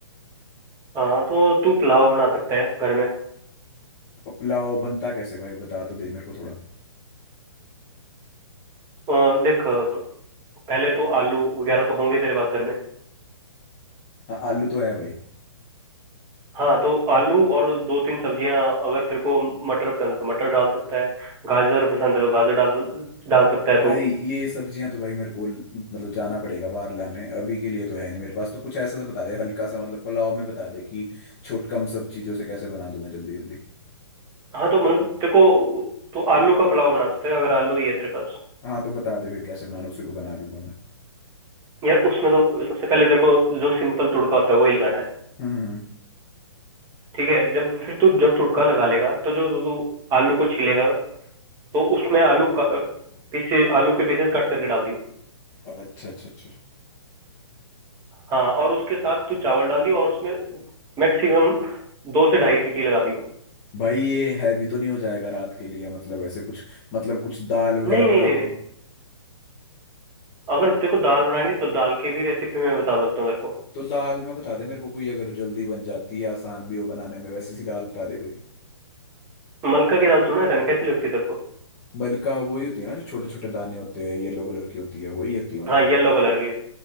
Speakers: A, on the right (about 20°); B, on the left (about 25°).
A: हाँ तो तू पुलाव बना सकता है घर में
B: और पुलाव बनता कैसे भाई बता तो दे मेरे को थोड़ा
A: अ, देख पहले तो आलू वगैरह तो होंगे तेरे पास घर में
B: हाँ आलू तो है भाई
A: हाँ तो आलू और दो तीन सब्जियां अगर तेरे को मटर पसंद है तो मटर डाल सकता है गाजर पसंद है तो गाजर डाल डाल सकता है
B: भाई
A: तू
B: ये सब्जियां तो भाई मेरे को ल- मतलब जाना पड़ेगा बाहर लाने अभी के लिए तो है नहीं मेरे पास तो कुछ ऐसा सा बता दे हल्का सा मतलब पुलाव में बता दे कि छोट कम सब चीजों से कैसे बना दूं मैं जल्दी जल्दी
A: हाँ तो मतलब तेरे को तो आलू का पुलाव बना सकते हैं अगर आलू ही है तेरे पास
B: हाँ तो बता दे फिर कैसे बनाना उसी को बना लूंगा मैं
A: यार उसमें तो सबसे पहले तेरे को जो सिंपल तुड़का होता है वही लगाना है
B: हम्म हम्म, हम्म।
A: ठीक है जब फिर तू जब तुड़का लगा लेगा तो जो तू आलू को छीलेगा तो उसमें आलू का पीसे आलू के पीसेस कट करके डाल दियो
B: अच्छा अच्छा अच्छा अच्छा।
A: हाँ और उसके साथ तू चावल डाल दियो और उसमें मैक्सिमम दो से ढाई सीटी लगा दियो
B: भाई ये हैवी तो नहीं हो जाएगा रात के लिए मतलब ऐसे कुछ मतलब कुछ दाल वगैरह
A: नहीं नहीं
B: बनाऊं
A: नहीं नहीं अगर तेरे को दाल बनानी है तो दाल की भी रेसिपी मैं बता सकता हूँ मेरे को
B: तो दाल में बता दे मेरे को कोई अगर जल्दी बन जाती है आसान भी हो बनाने में वैसी सी दाल बता दे कोई
A: मलका की दाल सुना है तेने कैसी लगती है तेरे को
B: मलका वही होती है ना जो छोटे छोटे दाने होते हैं येलो कलर की होती है वही होती है मलका
A: हाँ येलो कलर की